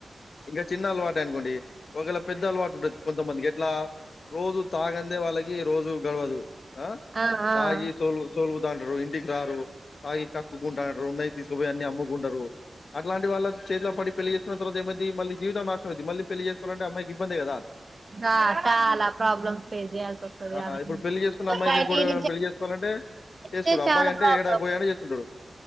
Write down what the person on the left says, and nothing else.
ఇంకా చిన్నలవాటే అనుకోండి. ఒకవేళ పెద్ద అలవాటు ఉంటది కొంతమందికి ఎట్లా రోజు తాగందే వాళ్ళకి రోజు గడవదు. ఆ
తాగి సోల్ సోలుగుదాండ్రు ఇంటికి రారు తాగి కక్కుకుంటారు, ఉన్నయి తీసుకుపోయి అన్ని అమ్ముకుంటరు. అట్లాంటి వాళ్ళకి చేతిల పడి పెళ్లి చేసుకున్న తర్వా ఏం అయిద్ధి. మళ్ళీజీవితం నాశనం అయ్యిద్ధి. మళ్ళీ పెళ్లి చే అంట అమ్మాయికి ఇబ్బంది కదా.
ఆ
ఇప్పుడు పెళ్లి చేసుకున్న
అమ్మాయికి ఇంకోడు ఎవరైనా
పెళ్లి చేసుకోవాలంటే చేసుకోడు
అబ్బాయి
అంటే
ఏడా పోయాడా చేసుకుంటాడు